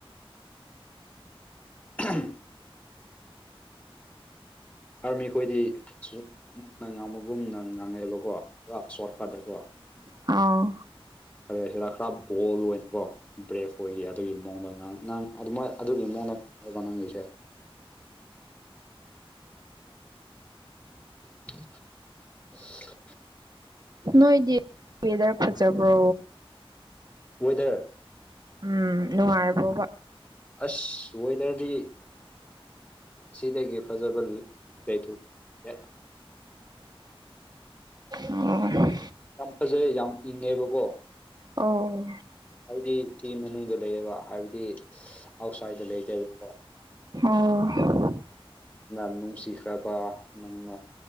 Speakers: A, on the left; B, on the right.
A: <unintelligible> ꯑꯥꯔꯃꯤ ꯑꯩꯈꯣꯏꯗꯤ <unintelligible> ꯉꯥꯡꯕꯒꯨꯝꯅ ꯉꯥꯡꯉꯩꯑꯕꯀꯣ ꯄꯨꯔꯥ ꯁꯣꯔꯠꯀꯥꯠꯇꯀꯣ
B: ꯑꯥꯎ
A: ꯀꯔꯤ ꯍꯥꯏꯁꯤꯔ ꯈꯔ ꯕꯣꯜ ꯑꯣꯏꯅꯀꯣ ꯕ꯭ꯔꯦꯐ ꯑꯣꯏꯒꯤ ꯑꯗꯨꯒꯤ ꯃꯑꯣꯡꯗ ꯉꯥꯡ ꯉꯥꯡ ꯑꯗꯨꯃꯥꯏꯅ ꯑꯗꯨꯒꯤ ꯃꯑꯣꯡꯗꯅꯦꯕ ꯅꯪꯒꯤꯁꯦ <unintelligible>
B: ꯅꯣꯏꯗꯤ ꯋꯦꯗꯔ ꯐꯖꯕ꯭ꯔꯣ
A: ꯋꯦꯗꯔ
B: ꯎꯝ ꯅꯨꯡꯉꯥꯏꯕ꯭ꯔꯣꯕ
A: ꯑꯁ ꯋꯦꯗꯔꯗꯤ ꯁꯤꯗꯒꯤ ꯐꯖꯕ ꯂꯩꯊꯨꯛ ꯇꯦ
B: ꯑꯣ
A: ꯌꯥꯝ ꯐꯖꯩ ꯌꯥꯝ ꯏꯪꯉꯦꯕꯀꯣ
B: ꯑꯣ
A: ꯍꯥꯏꯗꯤ ꯏꯆꯦ ꯃꯅꯨꯡꯗ ꯂꯩꯌꯦꯕ ꯍꯥꯏꯕꯗꯤ ꯑꯥꯎꯠꯁꯥꯏꯗꯠꯇ ꯂꯩꯇꯦꯕꯀꯣ
B: ꯑꯣ
A: ꯅ ꯅꯨꯡꯁꯤꯈ꯭ꯔꯕ ꯅꯪꯅ